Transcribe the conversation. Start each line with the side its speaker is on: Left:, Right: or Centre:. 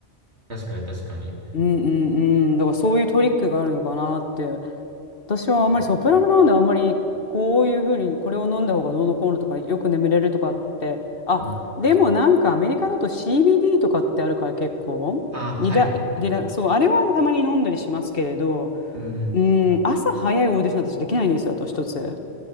Right: 確かに確かに。
Left: うんうんうん。だからそういうトリックがあるのかなって。私はあんまりソプラノなのであんまりこういうふうにこれを飲んだ方がどうのこうのとかよく眠れるとかってあでもなんかアメリカだと
Right: あ、うん。
Left: CBD とかってあるから結構リラ、
Right: あ、はい。
Left: リラそうあれはたまに飲んだりしますけれど
Right: うん。
Left: うん朝早いオーディション私できないんですよあと一つ